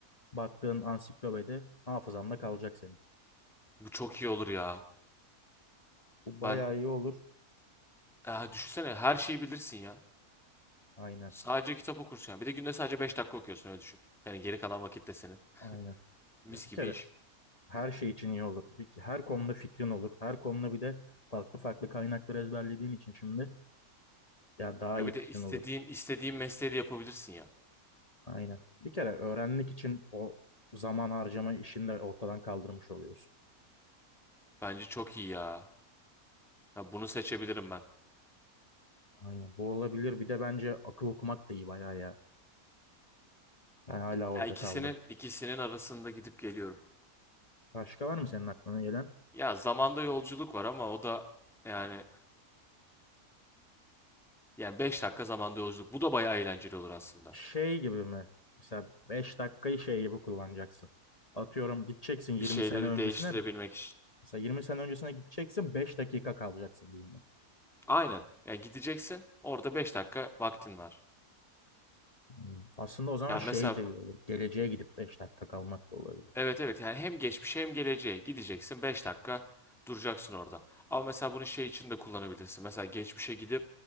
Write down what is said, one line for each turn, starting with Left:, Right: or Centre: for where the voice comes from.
Left: baktığın ansiklopedi hafızanda kalacak senin.
Centre: Bu çok iyi olur ya.
Left: Bu bayağı
Centre: Ben
Left: iyi olur.
Centre: ya düşünsene her şeyi bilirsin ya.
Left: Aynen.
Centre: Sadece kitap okursun ya. Bir de günde sadece 5 dakika okuyorsun öyle düşün. Yani geri kalan vakit de senin.
Left: Aynen. Ya
Centre: Mis
Left: bir
Centre: gibi
Left: kere
Centre: iş.
Left: her şey için iyi olur. Bir- her konuda fikrin olur. Her konuda bir de farklı farklı kaynakları ezberlediğin için şimdi ya daha
Centre: Ya
Left: iyi
Centre: bir
Left: fikrin
Centre: de istediğin
Left: olur.
Centre: istediğin mesleği de yapabilirsin ya.
Left: Aynen. Bir kere öğrenmek için o zaman harcama işini de ortadan kaldırmış oluyorsun.
Centre: Bence çok iyi ya. Ya bunu seçebilirim ben.
Left: Aynen. Bu olabilir. Bir de bence akıl okumak da iyi bayağı ya. Ben hala orada
Centre: Ya ikisinin
Left: kaldım.
Centre: ikisinin arasında gidip geliyorum.
Left: Başka var mı senin aklına gelen?
Centre: Ya zamanda yolculuk var ama o da yani yani 5 dakika zamanda yolculuk. Bu da bayağı eğlenceli olur aslında.
Left: Şey gibi mi? Mesela 5 dakikayı şey gibi kullanacaksın. Atıyorum gideceksin 20
Centre: Bir şeyleri
Left: sene öncesine.
Centre: değiştirebilmek için.
Left: Mesela 20 sene öncesine gideceksin 5 dakika kalacaksın gibi mi?
Centre: Aynen. Yani gideceksin. Orada 5 dakika vaktin var.
Left: Hmm. Aslında o zaman
Centre: Ya
Left: şey
Centre: mesela
Left: de iyi olur. Geleceğe gidip 5 dakika kalmak da olabilir.
Centre: Evet evet yani hem geçmişe hem geleceğe gideceksin 5 dakika duracaksın orada. Ama mesela bunu şey için de kullanabilirsin. Mesela geçmişe gidip